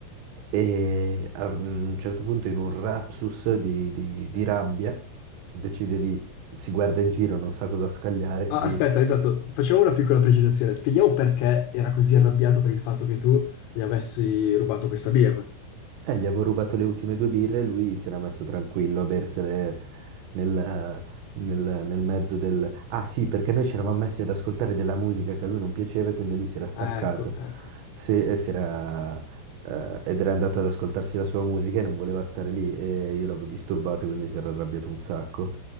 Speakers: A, on the right; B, on the left.
A: E a un certo punto, in un rapsus di, di- di rabbia, decide di... si guarda in giro, non sa cosa scagliare,
B: Ah,
A: vede
B: aspetta, esatto, facciamo una piccola precisazione. Spieghiamo perché era così arrabbiato per il fatto che tu gli avessi rubato questa birra.
A: Eh, gli avevo rubato le ultime due birre e lui si era messo tranquillo a bersele nel, eh, nel- nel mezzo del... Ah sì, perché noi ci eravamo messi ad ascoltare della musica che a lui non piaceva e quindi lui si era staccato
B: Ecco, ecco.
A: Se- e si era, eh, ed era andato ad ascoltarsi la sua musica e non voleva stare lì e io l'avevo disturbato quindi si era arrabbiato un sacco.